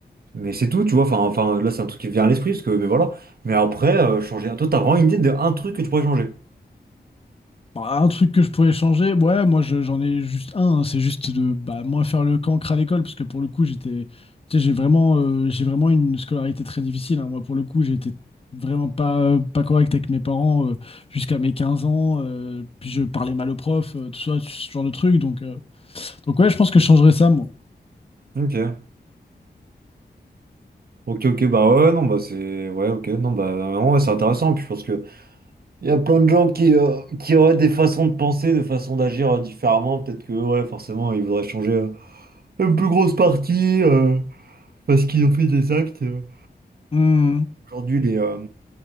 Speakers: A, on the right; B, on the left.
A: Mais c'est tout, tu vois, enfin, enfin là, c'est un truc qui me vient à l'esprit, parce que, mais voilà. Mais après, euh, changer... Toi, t'as vraiment une idée de un truc que tu pourrais changer.
B: Bah, Un truc que je pourrais changer, ouais, moi je- j'en ai juste un, hein, c'est juste de bah, moins faire le cancre à l'école, parce que pour le coup, j'étais, tu sais, j'ai vraiment, euh, j'ai vraiment une scolarité très difficile. hein. Moi, pour le coup, j'ai été vraiment pas, pas correct avec mes parents euh, jusqu'à mes 15 ans, euh, puis je parlais mal aux profs, euh, tout ça, ce genre de truc. Donc, euh, donc ouais, je pense que je changerais ça, moi.
A: Ok. Ok, ok, bah ouais, non, bah c'est... Ouais, ok, non, bah ouais, c'est intéressant, puis je pense que... Il y a plein de gens qui, euh, qui auraient des façons de penser, des façons d'agir euh, différemment, peut-être que, ouais, forcément, ils voudraient changer euh, une plus grosse partie... euh, parce qu'ils ont fait des actes. euh,
B: Hmm.
A: Aujourd'hui, les, euh,